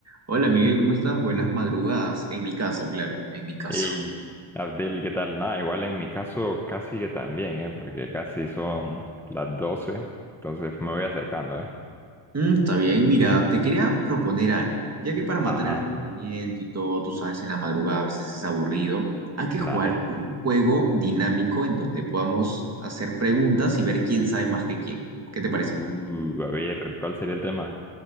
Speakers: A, on the right (about 30°); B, in the centre.
A: Hola Miguel, ¿cómo estás? Buenas madrugadas. En mi caso, claro, en mi caso.
B: Y
A: <laughs>
B: Abdel, ¿qué tal? Nada, igual en mi caso casi que también, ¿eh? Porque casi son las 12, entonces me voy acercando, ¿eh?
A: Mm, está bien, mira, te quería proponer algo. Ya que para matar
B: Ajá,
A: el aburrimiento y todo, tú sabes, en la madrugada a veces es aburrido, hay que jugar
B: dale.
A: un juego dinámico en donde podamos hacer preguntas y ver quién sabe más que quién. ¿Qué te parece?
B: Uh, a ver, ¿cuál sería el tema?